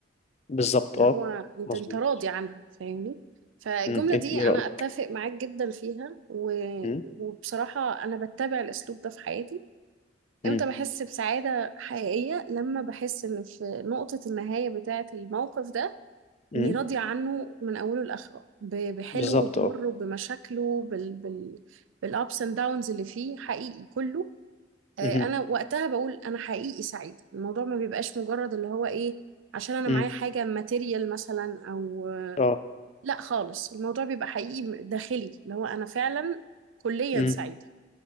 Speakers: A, on the left; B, on the right.
A: بالظبط
B: اللي
A: أه
B: هو انت
A: مظبوط
B: انت راضي عنها فاهمني فالجملة
A: م. أنتي
B: دي
A: إيه
B: انا
A: رأيك؟
B: اتفق معاك جدا فيها و...
A: م?
B: وبصراحة انا بتبع الاسلوب ده في حياتي
A: م.
B: امتى بحس بسعادة حقيقية لما بحس ان في نقطة النهاية بتاعة الموقف ده
A: م.
B: اني راضيه عنه من اوله لاخره ب- بحلوه
A: بالظبط
B: بمره
A: اه
B: بمشاكله بال بال بالابس اند داونز اللي فيه حقيقي كله آه،
A: مهم.
B: انا وقتها بقول انا حقيقي سعيده الموضوع ما بيبقاش مجرد اللي هو ايه عشان انا
A: مم.
B: معايا حاجه ماتيريال مثلا او آه،
A: اه
B: لا خالص الموضوع بيبقى حقيقي داخلي اللي هو انا فعلا كليا
A: مم.
B: سعيده